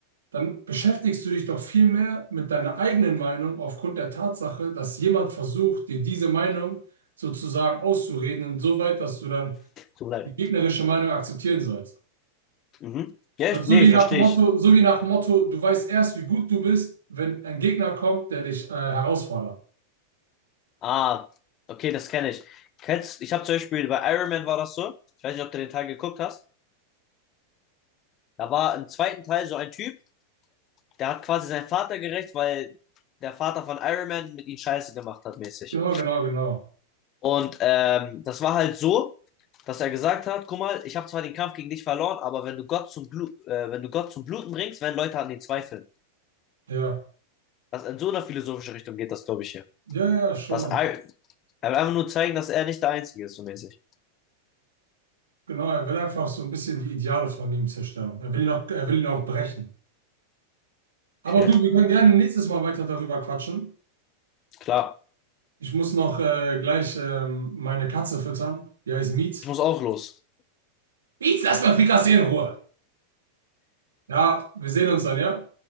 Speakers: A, on the right (about 70°); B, on the left (about 35°).
A: dann beschäftigst du dich doch viel mehr mit deiner eigenen Meinung aufgrund der Tatsache, dass jemand versucht, dir diese Meinung sozusagen auszureden, insoweit, dass du dann
B: tut mir leid.
A: die gegnerische Meinung akzeptieren sollst.
B: Mhm. Ja,
A: Das
B: ich,
A: ist so
B: nee,
A: wie
B: verstehe
A: Ja, nach Motto,
B: ich.
A: so wie nach Motto, du weißt erst, wie gut du bist, wenn ein Gegner kommt, der dich äh, herausfordert.
B: Ah, okay, das kenne ich. Kennst, ich habe zum Beispiel bei Iron Man war das so. Ich weiß nicht, ob du den Teil geguckt hast. Da war im zweiten Teil so ein Typ, der hat quasi seinen Vater gerecht, weil der Vater von Iron Man mit ihm Scheiße gemacht hat, mäßig.
A: Genau, genau, genau.
B: Und ähm, das war halt so, dass er gesagt hat, guck mal, ich habe zwar den Kampf gegen dich verloren, aber wenn du Gott zum Blu äh, wenn du Gott zum Bluten bringst, werden Leute an ihn zweifeln.
A: Ja,
B: Das in so einer philosophischen Richtung geht das, glaube ich, hier.
A: ja, ja, schon.
B: Dass er, er will einfach nur zeigen, dass er nicht der Einzige ist, so mäßig.
A: Genau, er will einfach so ein bisschen die Ideale von ihm zerstören. Er will ihn auch, er will ihn auch brechen. Aber
B: Okay,
A: du, wir können gerne nächstes Mal weiter darüber quatschen.
B: klar.
A: Ich muss noch äh, gleich ähm, meine Katze füttern. Die heißt Miet.
B: Ich muss auch los.
A: Miet, lass mal Frikassee in Ruhe. Ja, wir sehen uns dann, ja?